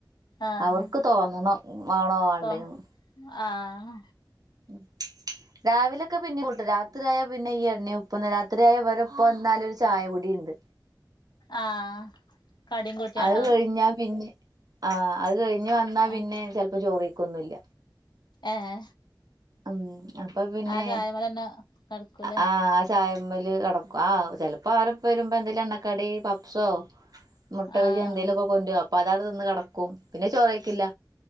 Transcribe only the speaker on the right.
അവർക്ക് തോന്നണം മാണോ വാണ്ടെന്ന്
മം രാവിലെക്കെ പിന്നെ കൂട്ടും രാത്രിയായാൽ പിന്നെ ഇ ഉപ്പന്ന് രാത്രിയ ഉ പ്പ വ ന്നാൽ ഒരു ചായ കുടി ഉണ്ട്
അഹ് കഴിഞ്ഞാ പിന്നെ ആ അഹ് കഴിഞ്ഞ് വന്നാ
പിന്നെ ചെൽപ്പം ചോർ കഴിക്കൊന്നുംല്ല
ഉം അപ്പൊ പിന്നെ
ആഹ് ആ ചായമ്മല് കിടക്കും ആ ചെലപ്പോൾ അവരപ്പ വരുമ്പോൾ എന്തേല്ലും എണ്ണക്കടി പപ്സോ മുട്ട
വജി എന്തേലൊക്കെ കൊടോരും അപ്പൊ അതാ തിന്ന് കിടക്കും പിന്നെ ചോറ് കഴിക്കില്ല